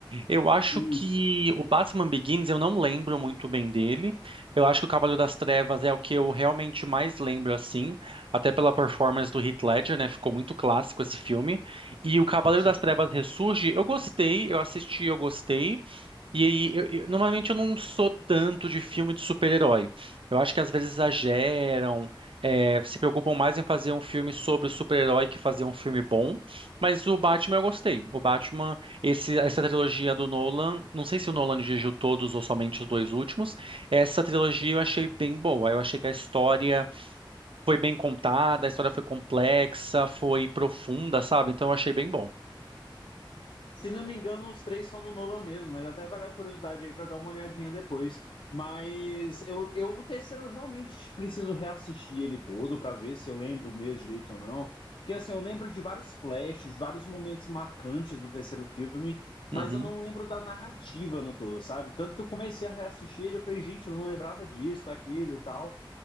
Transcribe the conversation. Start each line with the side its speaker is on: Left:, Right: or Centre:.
Right: Eu acho
Left: Isso,
Right: que o Batman Begins eu não lembro muito bem dele. Eu acho que o Cavaleiro das Trevas é o que eu realmente mais lembro assim, até pela performance do Heath Ledger, né? Ficou muito clássico esse filme. E o Cavaleiro
Left: sim.
Right: das Trevas Ressurge, eu gostei, eu assisti, eu gostei. E aí, eu, eu- normalmente eu não sou tanto de filme de super-herói. Eu acho que às vezes exageram, é, se preocupam mais em fazer um filme sobre o super-herói que fazer um filme bom. Mas o Batman eu gostei. O Batman, esse- essa trilogia do Nolan, não sei se o Nolan dirigiu todos ou somente os dois últimos. Essa trilogia eu achei bem boa. Eu achei que a história foi bem contada, a história foi complexa, foi profunda, sabe? Então eu achei bem bom.
Left: Se não me engano, os três são do Nolan mesmo, mas até vale a curiosidade aí para dar uma olhadinha depois. Mas eu, eu o terceiro eu realmente preciso reassistir ele todo para ver se eu lembro mesmo direito ou não. Porque assim, eu lembro de vários flashes, vários momentos marcantes do terceiro filme, mas
Right: Uhum,
Left: eu não lembro da narrativa no todo, sabe? Tanto que eu comecei a reassistir ele, eu falei, gente, eu não lembrava disso, daquilo e tal.